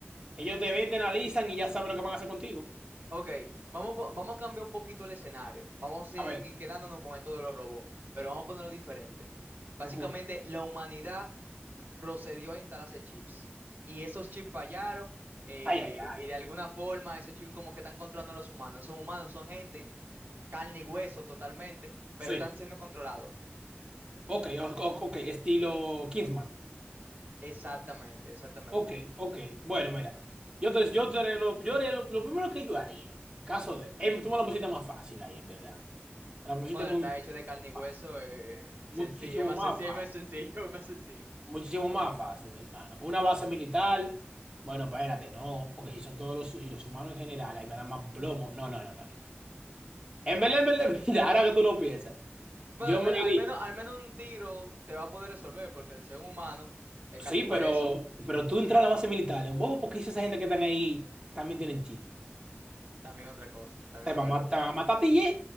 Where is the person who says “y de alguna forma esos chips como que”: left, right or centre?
Right